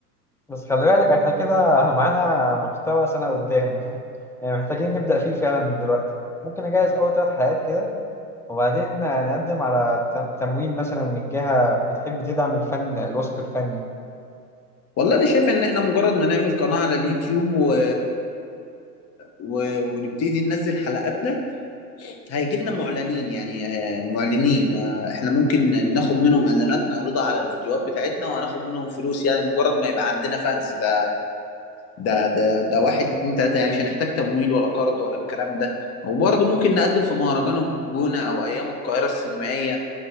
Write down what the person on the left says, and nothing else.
والله انا شايف ان احنا مجرد ما نعمل قناة على اليوتيوب و... و... ونبتدي ننزل حلقاتنا هيجي لنا معلنين يعني آه، معلنين آه، احنا ممكن ناخد منهم اعلانات نعرضها على الفيديوهات بتاعتنا وهناخد منهم فلوس يعني مجرد ما يبقى عندنا فانز ده ده ده ده واحد اتنين تلاتة يعني مش هنحتاج تمويل ولا قرض ولا الكلام ده وبرضه ممكن نقدم في مهرجان الجونة أو أيام القاهرة السينمائية